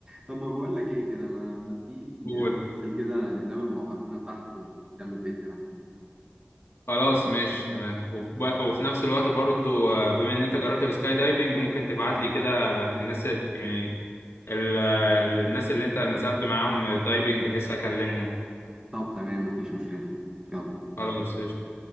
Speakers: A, on the right (about 20°); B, on the left (about 80°).
A: طب ما بقول لك ايه كده ما, ما تجيلي
B: قول
A: آه، ننزل كده نتقابل مع بعضينا تحت ونكمل بقية كلامنا
B: خلاص ماشي تمام وب- وفي نفس الوقت برضو آه، بما ان انت جربت السكاي دايفنج ممكن تبعت لي كده الناس يعني ال- الناس اللي انت نزلت معاهم الدايفنج بحيث اكلمهم
A: طب تمام مفيش مشكلة يلا
B: خلاص
A: سلام
B: قشطة